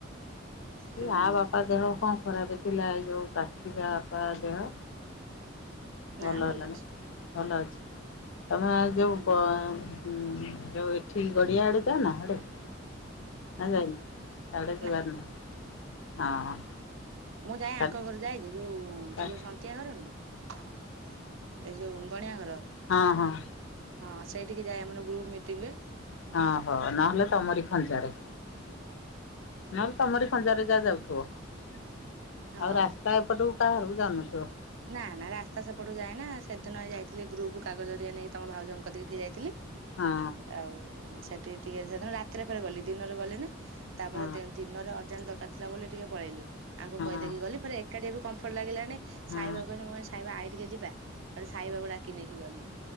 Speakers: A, on the right (about 80°); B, on the left (about 75°).
A: ହୁଁ
B: ଏଇ ଆ ବାପା ଦେହ ଙ୍କ ଖରାପେ ଥିଲା? ଯଉ କାର୍ତ୍ତିକା ବାପା ଦେହ। <inaudible>
A: ନା ଭଲ ଅଛି
B: ଯଉ ଏଠି ଗଡ଼ିଆ
A: ହୁଁ
B: ଆଡ଼େ ଯାଆନା ନା ହାଡ଼େ। ନା ଯାଇନି ସାଢେ ଯିବାର
A: ନା
B: ନାଇଁ ହଁ।
A: ମୁଁ ଯାଏ
B: ହଁ
A: ଆଙ୍କ ଘରୁ ଯାଇଛି ଯୋଉ
B: ହଁ
A: ସେ ଯୋଉ ସନ୍ତିଆ ଘର ନୁହ। ଏଇ ଯୋଉ ଗଣିଆ ଘର।
B: ହଁ ହଁ।
A: ହଁ ସେଇଠିକି ଯାଏ ଆମର ଗ୍ରୁପ ମିଟିଙ୍ଗରେ।
B: ହଁ ହୋ ନହେଲେ ତମରି ଖଞ୍ଜାରେ। ନହେଲେ ତମରି ଖଞ୍ଜରେ ଯାହା ଯାଉଥିବ। ଆଉ
A: ହଉ
B: ରା ସ୍ତା ଏପଟକୁ କହାରକୁ ଜାଉନଥିବ।
A: ନା ନା ରାସ୍ତା ସେପଟୁ ଯାଏନା ସେଦିନ ହେଇ ଯାଇଥିଲି ଗ୍ରୁପ କାଗଜରିଆ ନେଇକି ତମ ଭାଉଜଙ୍କ କତିକି ଟିକେ ଯାଇଥିଲି।
B: ହଁ
A: ଆଉ ସେଠି ଟିକେ ସେଦିନ ରାତିରେ ଫେରେ ଗଲି ଦିନରେ ଗଲିନି ତାପରେ
B: ହଁ
A: ଦେନ୍ ଦିନରେ ଅର୍ଜେଣ୍ଟ ଦରକାରଥିଲା ବୋଲି ଟିକେ ପଳେଇଲି ଆଙ୍କୁ
B: ହଁ।
A: କହିଦେଇକି ଗଲି ଫରେ ଏକାଠିଆ ବି କମ୍ଫର୍ଟ ଲାଗିଲାନି
B: ହଁ
A: ସାଇବାକୁ
B: ହଁ
A: କହନି ମୁଁ କହିନି ସାଇବା ଆଇ ଟିକେ ଯିବା ସେଠୁ ସାଇବାଗକୁ ଡାକି ନେଇକି ଗନି।